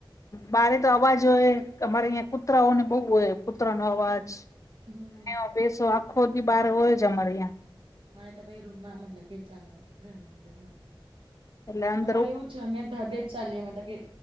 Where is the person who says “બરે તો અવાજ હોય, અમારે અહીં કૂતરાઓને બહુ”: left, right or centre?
Left